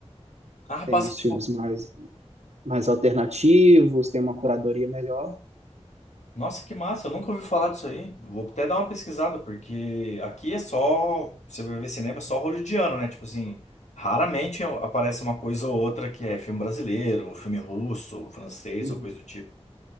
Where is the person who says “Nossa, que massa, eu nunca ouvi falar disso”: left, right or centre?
Left